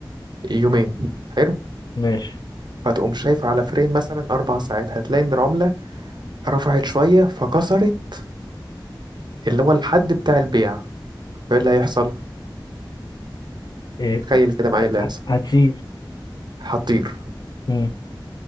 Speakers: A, on the right; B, on the left.
A: يومين حلو
B: ماشي
A: فتقوم شايف على فريم مثلا أربع ساعات هتلاقي إن العملة رفعت شوية فكسرت اللي هو الحد بتاع البيع فإيه اللي هيحصل؟
B: ايه
A: تخيل كده معايا إيه اللي
B: هت-
A: هيحصل
B: هتزيد
A: هتطير
B: امم